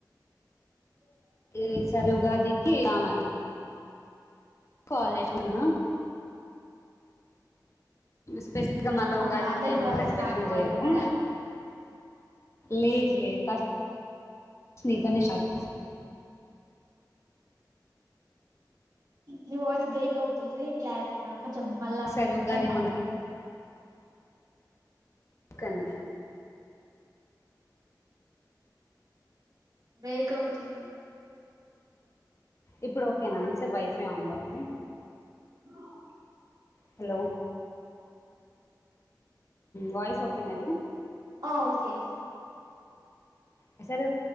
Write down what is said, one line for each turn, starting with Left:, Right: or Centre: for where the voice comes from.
Right: ఆ
Left: ఈ సరి ఉగాదికి రామను కాల్ చేస్తున్న స్పెసిఫిక్ గా మళ్ళ ఉగాదికి
Right: అవునా అందరికి
Left: ఎందుకు
Right: కాల్ చేసి
Left: అని కన్పెషన్
Right: నాకు కాల్
Left: చేయకు
Right: చేసారా
Left: లేదు లేదు ఫస్ట్ నీతోనే స్టార్ట్
Right: నీ వాయిస్ బ్రేక్ అవుతుంది క్లారిటీగా కొంచెం మళ్ళా
Left: ఈసారి ఉగాది
Right: చెప్పండి
Left: కొంచెం ఒక నిమిషం
Right: బేక్ అవుతుంది
Left: ఇప్పుడు ఓకే నా ఇన్సేపు వైఫై ఆన్లో ఉంది
Right: అ
Left: హలో వాయిస్ ఓకేనా ఇప్పుడు
Right: ఆ ఓకే
Left: ఆ సార్